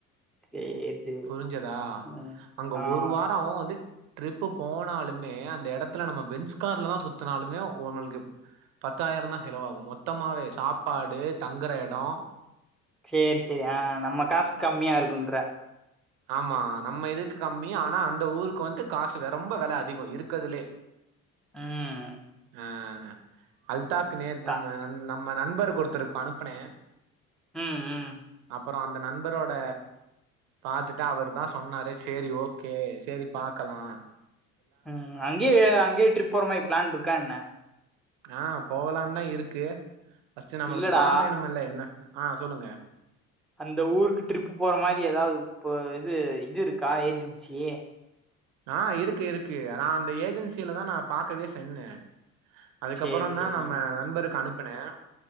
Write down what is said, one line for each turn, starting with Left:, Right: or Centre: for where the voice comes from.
Centre: சேரி சேரி
Right: புரிஞ்சதா
Centre: ம்
Right: அங்க
Centre: ஆ
Right: ஒரு வாரம் வந்து ட்ரிப்பு போனாலுமே அந்த இடத்துல நம்ம பென்ஸ்கார்லதா சுத்தினாலுமே உங்களுக்கு பத்தாயிரம் தா செலவாகும் மொத்தமாவே சாப்பாடு தங்குற இடம்
Centre: சேரி சேரி ஆ நம்ம காசு கம்மியா இருக்கு குன்ற
Right: ஆமா நம்ம இதுக்கு கம்மி ஆனா அந்த ஊருக்கு வந்து காசு ரொம்ப வில அதிகம் இருக்குறதுலே
Centre: ம்
Right: அ அல்டாக் நேத்து
Centre: தா
Right: நம்ம நம் நம்ம நண்பர் ஒருத்தருக்கு அனுப்பனே
Centre: ம் ம்
Right: அப்பறம் அந்த நண்பரோட பாத்துட்டு அவரு தா சொன்னாரு சேரி ஓகே சேரி பாக்கலாம்
Centre: ம் அங்கேயே அங்கேயே ட்ரிப் போற மாரி பிளான் இருக்கா என்ன
Right: ஆ போகலாம் தா இருக்கு ஃபஸ்ட் நம்மளுக்கு
Centre: இல்லடா
Right: பணம் வேணும்மல்ல என்ன ஆ சொல்லுங்க
Centre: அந்த ஊருக்கு ட்ரிப்பு போற மாரி ஏதாவது இ இது இது இருக்கா ஏஜென்சி
Right: ஆ இருக்கு இருக்கு நா அந்த ஏஜென்சியிலதா நா பாக்கவே செஞ்சே அதுக்கப்பறம்தா
Centre: சேரி சேரி
Right: நம்ம நண்பருக்கு அனுப் ப்பனே